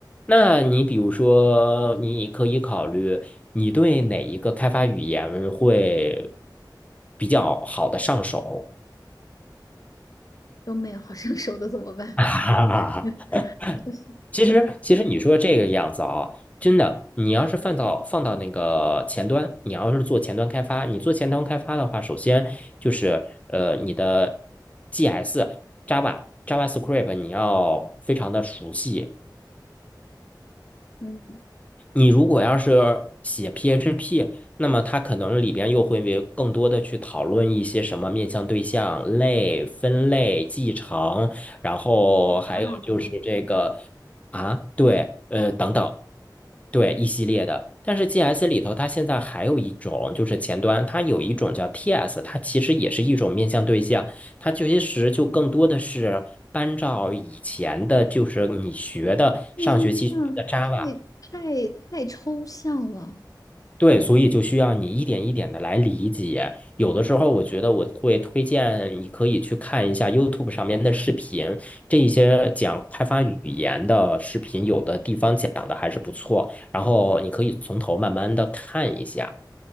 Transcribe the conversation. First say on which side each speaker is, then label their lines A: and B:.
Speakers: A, on the left; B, on the left.
A: 那你比如说，你可以考虑你对哪一个开发语言会比较好的上手。
B: 都没有好上手的怎么办？
A: <laughs>
B: <laughs> 我是可痛苦了，
A: 其实，其实你说这个样子啊，真的，你要是放到放到那个前端，你要是做前端开发，你做前端开发的话，首先就是呃，你的 GS、Java、JavaScript 你要非常的熟悉，
B: 嗯，
A: 你如果要是写 PHP，那么它可能里边又会为更多的去讨论一些什么面向对象、类、分类、继承，然后还有就是这个
B: 打靶的嘛。
A: 啊，对，呃，
B: 打道吗？
A: 等等。对，一系列的。但是 GS 里头，它现在还有一种，就是前端，它有一种叫 TS，它其实也是一种面向对象，它其实就更多的是搬照以前的，就是你学的上学期学的
B: 内对象太太太抽象了，
A: Java，对，所以就需要你一点一点的来理解。有的时候，我觉得我会推荐你可以去看一下 YouTube 上面的视频，这一些讲开发语言的视频，有的地方讲的还是不错。然后你可以从头慢慢的看一下，